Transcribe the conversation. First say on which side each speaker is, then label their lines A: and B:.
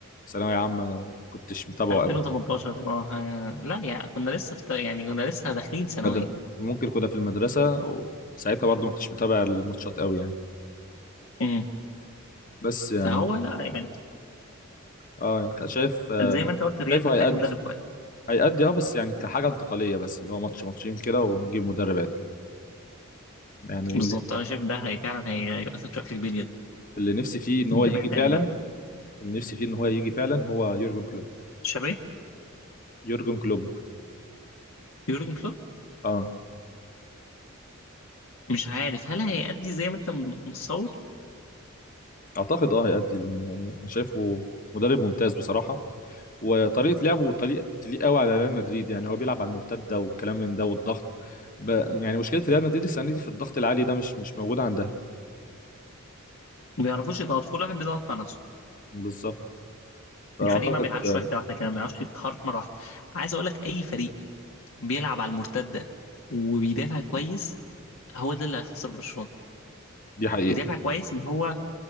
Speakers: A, on the left (about 40°); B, on the left (about 70°).
A: ثانويه عامه وكنتش متابعه
B: 2018
A: قوي
B: اه لا يعني كنا لسه في يعني كنا لسه داخلين ثانويه
A: مدر... ممكن كنا في المدرسه وساعتها برضه ما كنتش متابع الماتشات قوي يعني
B: امم
A: بس يعني
B: فهو لا يعني
A: اه شايف آه،
B: زي ما انت قلت الريال
A: شايفه
B: محتاج
A: هيأدي
B: مدرب كويس
A: هيأدي اه بس يعني كحاجة انتقالية بس اللي هو ماتش ماتشين كده ونجيب مدرب عادل يعني
B: بالظبط
A: اللي
B: انا شايف ده هي فعلا هي- هيؤثر بشكل كبير جدا
A: اللي نفسي فيه ان هو
B: انت
A: يجي
B: محتاج
A: فعلا
B: ده
A: اللي نفسي فيه ان هو يجي فعلا هو يورجن كلوب
B: شابي
A: يورجن كلوب
B: يورجن كلوب
A: اه
B: مش عارف هل هيأدي زي ما انت متصور
A: اعتقد اه هيأدي يعني انا شايفه مدرب ممتاز بصراحة وطريقة لعبه طريق تليق قوي على ريال مدريد يعني هو بيلعب على المرتدة والكلام من ده والضغط ب... يعني مشكلة ريال مدريد السنة دي في الضغط العالي ده مش مش موجود عندها
B: ما بيعرفوش يضغط كل واحد بيضغط مع نفسه
A: بالظبط فأعتقد
B: الفريق ما بيلعبش
A: آه،
B: واحده واحده كده ما بيعرفش يتحرك مره واحده عايز اقول لك اي فريق بيلعب على المرتده وبيدافع كويس هو ده اللي هيخسر برشلونه
A: دي حقيقة
B: بيدافع كويس اللي هو